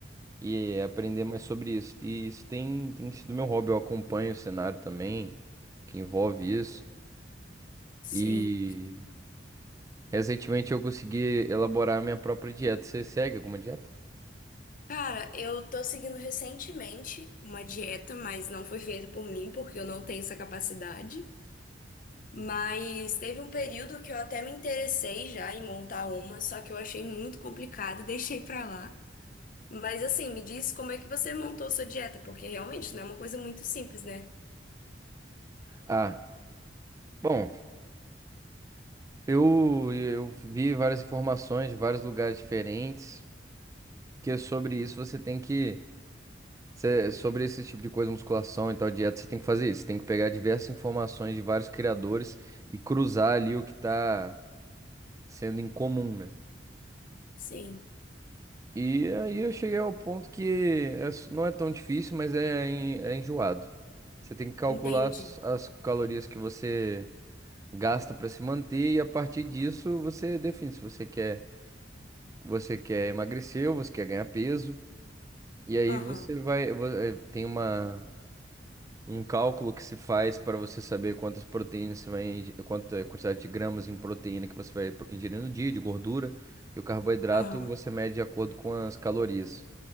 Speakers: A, on the right; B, on the left.
A: e aprender mais sobre isso. E isso tem, tem sido meu hobby. Eu acompanho o cenário também, que envolve isso.
B: Sim.
A: E recentemente eu consegui elaborar a minha própria dieta. Você segue alguma dieta?
B: Cara, eu tô seguindo recentemente uma dieta, mas não foi feita por mim, porque eu não tenho essa capacidade. Mas teve um período que eu até me interessei já em montar uma, só que eu achei muito complicado, <laughs> deixei pra lá. Mas assim, me diz como é que você montou sua dieta, porque realmente não é uma coisa muito simples, né?
A: Ah, bom. Eu, eu vi várias informações de vários lugares diferentes, que é sobre isso você tem que, cê- sobre esse tipo de coisa, musculação e tal, dieta, você tem que fazer isso. Você tem que pegar diversas informações de vários criadores e cruzar ali o que está sendo em comum, né?
B: Sim,
A: E aí eu cheguei ao ponto que é s- não é tão difícil, mas é, en- é enjoado. Você tem que calcular
B: entendi.
A: as, as calorias que você gasta para se manter e a partir disso você define se você quer. Você quer emagrecer ou você quer ganhar peso. E aí
B: Aham.
A: você vai. vo- eh, Tem uma, um cálculo que se faz para você saber quantas proteínas você vai. inge- Quanta quantidade de gramas em proteína que você vai pro- ingerir no dia, de gordura. E o carboidrato
B: Aham.
A: você mede de acordo com as calorias.